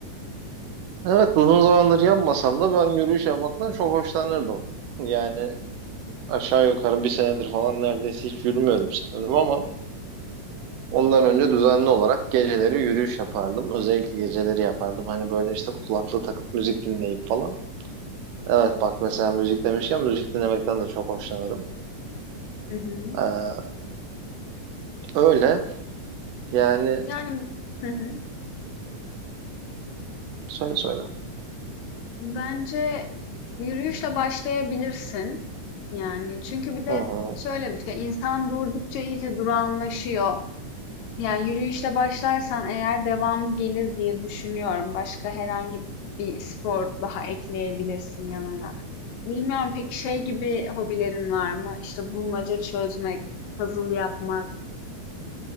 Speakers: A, on the right; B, on the left.
A: Evet uzun zamandır yapmasam da ben yürüyüş yapmaktan çok hoşlanırdım. Yani aşağı yukarı bir senedir falan neredeyse hiç yürümüyorum sanırım ama Ondan önce düzenli olarak geceleri yürüyüş yapardım. Özellikle geceleri yapardım. Hani böyle işte kulaklığı takıp müzik dinleyip falan. Evet bak mesela müzik demişken müzik dinlemekten de çok hoşlanırım.
B: Hı hı.
A: Ee, öyle yani
B: Yani hı hı.
A: söyle söyle.
B: Bence yürüyüşle başlayabilirsin. Yani çünkü bir de
A: Hı hı.
B: şöyle bir şey, insan durdukça iyice durağanlaşıyor. Yani yürüyüşle başlarsan eğer devamı gelir diye düşünüyorum. Başka herhangi bir spor daha ekleyebilirsin yanına. Bilmiyorum peki şey gibi hobilerin var mı? İşte bulmaca çözmek, puzzle yapmak,